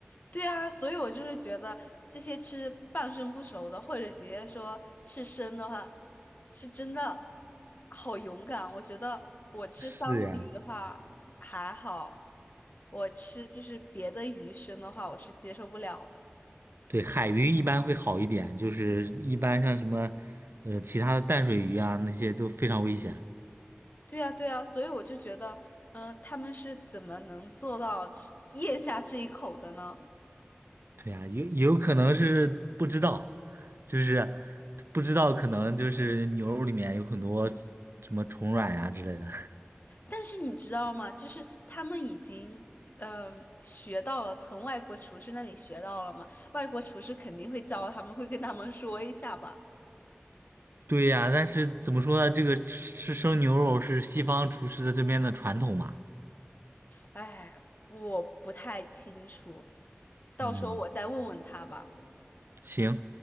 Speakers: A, on the left (about 45°); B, on the right (about 65°).
A: 对啊，所以我就是觉得这些吃半生不熟的，或者直接说吃生的话，是真的好勇敢。我觉得我吃三文鱼的话还好，
B: 是呀。
A: 我吃就是别的鱼生的话，我是接受不了的。
B: 对，海鱼一般会好一点，就是一般像什么，呃，其他的淡水鱼啊那些都非常危险。
A: 对呀，对呀，所以我就觉得，嗯、他们是怎么能做到吃咽下这一口的呢？
B: 对呀，有有可能是不知道，就是不知道，可能就是牛肉里面有很多什么虫卵呀之类的。
A: 但是你知道吗？就是他们已经嗯、呃学到了，从外国厨师那里学到了嘛。外国厨师肯定会教他们，会跟他们说一下吧。
B: 对呀，但是怎么说呢？这个吃吃生牛肉是西方厨师的这边的传统嘛。
A: 哎，我不太清楚，到时候我再问问他吧。
B: 嗯，行，